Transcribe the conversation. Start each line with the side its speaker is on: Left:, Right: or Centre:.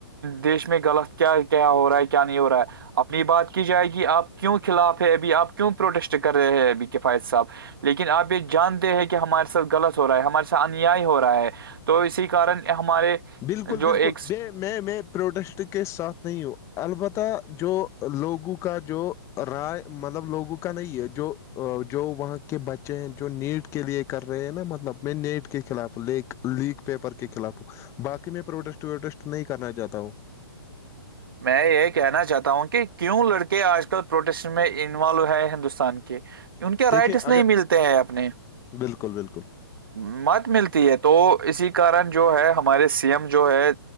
Right: دیش میں غلط کیا کیا ہو رہا ہے کیا نہیں ہو رہا ہے اپنی بات جائے گی آپ کیوں خلاف ہے ابھی آپ کیوں پروٹیسٹ کر رہے ہیں ابھی کفایت صاحب لیکن آپ یہ جانتے ہیں کہ ہمارے سھ غلط ہو رہا ہے ہمارے ساتھ انیائی ہو رہا ہے تو اسی کارن ہمارے
Left: بالکل
Right: جو
Left: بالکل
Right: ایک
Left: بے میں میں پروڈسٹ کے ساتھ نہیں ہوں البتہ جو لوگوں کا جو رائے مطلب لوگوں کا نہیں ہے جو جو وہاں کے بچے ہیں جو نیٹ کے لیے کر رہے ہیں نا مطلب میں نیٹ کے خلاف لیک لیک پیپر کے خلاف ہو باقی میں پروٹیسٹ ووٹیسٹ نہیں کرنا چاہتا ہ
Right: میں یہ کہنا چاہتا ہوں کہ کیوں لڑکے آج کل پروٹیسن میں انوالو ہیں ہندوستان کے ان کے رائٹس
Left: دیکھیے
Right: نہیں
Left: اگر
Right: ملتے ہیں اپنے
Left: بالکل بالکل
Right: مت ملتی ہے تو اسی کارن جو ہے ہمارے سی ایم جو ہے